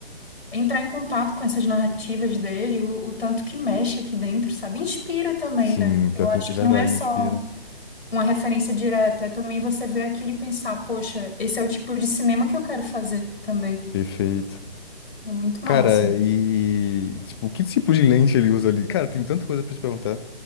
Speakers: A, on the left; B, on the left.
A: entrar em contato com essas narrativas dele, o, o tanto que mexe aqui dentro, sabe? Inspira também,
B: Sim,
A: né? Eu
B: pior que...
A: acho
B: é verdade,
A: que não é só
B: inspira.
A: uma referência direta, é também você ver aquilo e pensar, poxa, esse é o tipo de cinema que eu quero fazer também.
B: Perfeito.
A: É muito
B: Cara,
A: massa.
B: e, tipo, que tipo de lente ele usa ali? Cara, tem tanta coisa pra se perguntar.